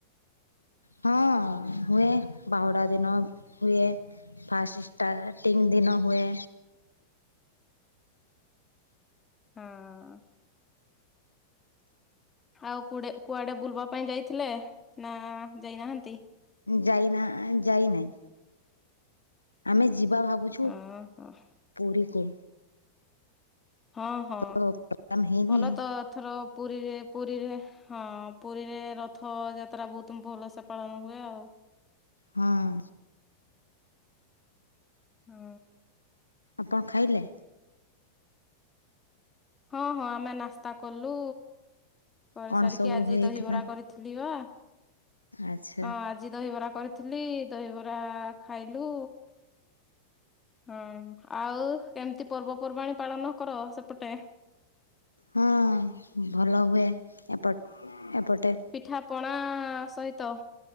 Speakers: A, on the left; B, on the left.
A: ହଁ ହୁଏ ବାହୁଡା ଦିନ ହୁଏ। ଫାଷ୍ଟିଟା ତିନି ଦିନ ହୁଏ।
B: ହଁ। ଆଉ କୁଡେ କୁଆଡେ ବୁଲବା ପାଇଁ ଯାଇଥିଲେ ନା ଯାଇନାହାନ୍ତି।
A: ଯାଇନା ଯାଇନାଇ। ଆମେ ଯିବା ଭାବୁଚୁ
B: ଅହ।
A: ପୁରୀକୁ-
B: ହଁ ହଁ
A: ତ ପ୍ରୋଗ୍ରାମ ହେଇନି
B: ଭଲ ଏଥର ପୁରୀରେ ପୁରୀରେ ହଁ ପୁରୀରେ ରଥ ଯାତ୍ରା ବହୁତ ଭଲସେ ପାଳନ ହୁଏ ଆଉ।
A: ହଁ।
B: ହୁଁ।
A: ଆପଣ ଖାଇଲେ।
B: ହଁ ହଁ ଆମେ ନାସ୍ତା କଲୁ କରି
A: କଣ
B: ସାରିକି
A: ସବୁ
B: ଆଜି
A: ହେଇଥିଲା?
B: ଦହିବରା କରିଥିଲି ବା ହଁ।
A: ଆଚ୍ଛା
B: ଆଜି ଦହିବରା କରିଥିଲି ଦହିବରା ଖାଇଲୁ ହଁ ଆଉ କେମିତି ପର୍ବପର୍ବାଣି ପାଳନ କର ସେପଟେ।
A: ହଁ ଭଲ ହୁଏ ଏପଟ ଏପଟେ।
B: ପିଠା ପଣା ସହିତ।